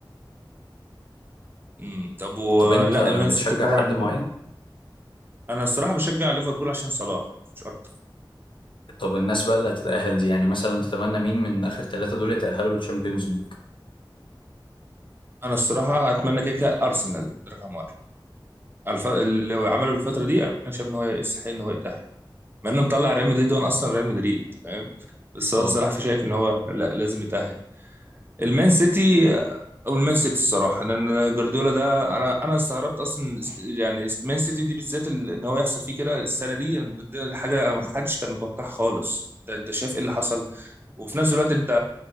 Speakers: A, on the right (about 25°); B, on the left (about 75°).
A: امم طب ولا
B: طب انت بتشجع
A: المان سيتي طبعا
B: حد معين
A: انا الصراحه بشجع ليفربول عشان صلاح مش اكتر
B: طب الناس بقى اللي هتتأهل دي يعني مثلا تتمنى مين من اخر ثلاثة دول يتأهلوا للشامبيونز ليج
A: انا الصراحه اتمنى كيكه ارسنال ده رقم واحد على الف... اللي هو عمله الفتره دي انا شايف ان هو يستحق ان هو يتاهل مع انه مطلع ريال مدريد وانا اصلا ريال مدريد فاهم بس
B: اه
A: انا الصراحه في شايف ان هو لا لازم يتاهل المان سيتي او المان سيتي الصراحه لان جوارديولا ده انا انا استغربت اصلا يعني مان سيتي دي بالذات ال- ان هو يحصل فيه كده السنه دي يعني ده حاجه ما حدش كان متوقعها خالص ده انت شايف ايه اللي حصل وفي نفس الوقت انت